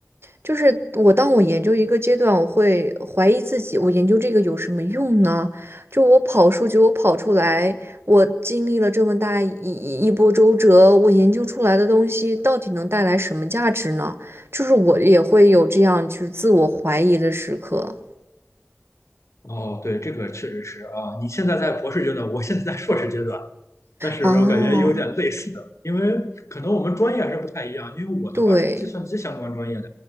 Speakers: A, on the right; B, on the left.
A: 就是我，当我研究一个阶段，我会怀疑自己，我研究这个有什么用呢？就我跑数据，我跑出来，我经历了这么大一一一波周折，我研究出来的东西到底能带来什么价值呢？就是我也会有这样就是自我怀疑的时刻。
B: 哦，对，这个确实是啊。你现在在博士阶段，我现在在硕士阶段，但是我感觉有点类似的，
A: 哦，
B: 因为可能我们专业还是不太一样。因为我的话是计算机相关专业的，
A: 对。